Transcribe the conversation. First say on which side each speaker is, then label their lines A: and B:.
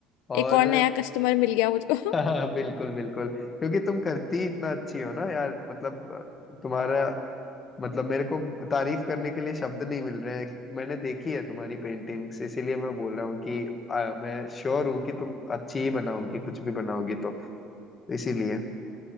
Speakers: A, on the left; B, on the left.
A: और
B: एक और नया कस्टमर मिल गया मुझको
A: <laughs> हाँ, बिल्कुल बिल्कुल क्योंकि तुम करती इतना अच्छी हो ना यार मतलब अ, तुम्हारा मतलब मेरे को तारीफ करने के लिए शब्द नहीं मिल रहे हैं मैंने देखी है तुम्हारी पेंटिंग्स इसीलिए मैं बोल रहा हूँ कि अ, मैं श्योर हूँ कि तुम अच्छी ही बनाओगी कुछ भी बनाओगी तो इसीलिए